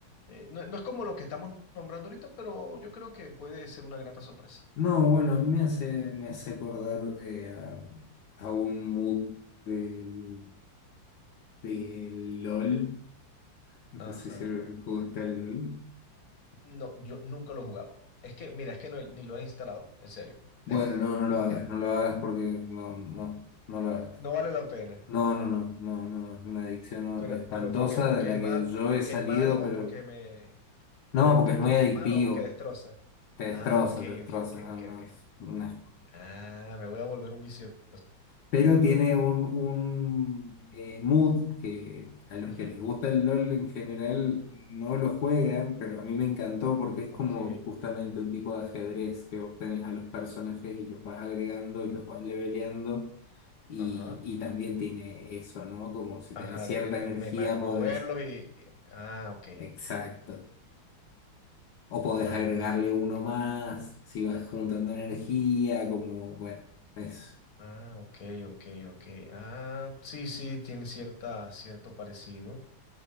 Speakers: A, on the left; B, on the left.
A: eh, no, no es como lo que estamos nombrando ahorita, pero yo creo que puede ser una grata sorpresa.
B: No, bueno, a mí me hace, me hace acordar eh, a, a un mood del, del LOL. No
A: Ajá.
B: sé si el juego está el LOL.
A: No, yo nunca lo he jugado. Es que, mira, es que no- ni lo he instalado, en serio.
B: Bueno, no, no
A: <laughs>
B: lo hagas, no lo hagas porque no, no, no lo hagas.
A: No vale la pena.
B: No, no, no, no, no, es una adicción
A: Pero,
B: no, espantosa
A: pero ¿por qué? ¿Porque
B: de la
A: es
B: que
A: mal,
B: yo
A: porque
B: he salido,
A: es malo
B: pero
A: o porque me...
B: no,
A: Pero,
B: porque
A: pero
B: es
A: es
B: muy
A: porque
B: adictivo,
A: es malo o porque destroza.
B: te destroza,
A: Ah, ok,
B: te destroza,
A: ok, ok,
B: no,
A: ok,
B: no,
A: ok.
B: es un asco.
A: Ah, me voy a volver un vicioso.
B: Pero tiene un, un eh, mood que a los
A: Ujú,
B: que les gusta el LOL en general no lo juegan, pero a mí me encantó porque es como
A: Ok.
B: justamente un tipo de ajedrez que vos tenés a los personajes y los vas agregando y los vas leveleando. Y,
A: Ajá.
B: y también tiene eso, ¿no? Como si
A: Ajá,
B: tenés cierta
A: de- eh,
B: energía,
A: eh, me- ma- moverlos
B: podés,
A: y... Ah, ok.
B: exacto. O podés
A: Ah,
B: agregarle uno
A: ok.
B: más, si vas juntando energía, como, bueno, eso.
A: Ah, ok, ok, ok. Ah, sí, sí, tiene cierta, cierto parecido.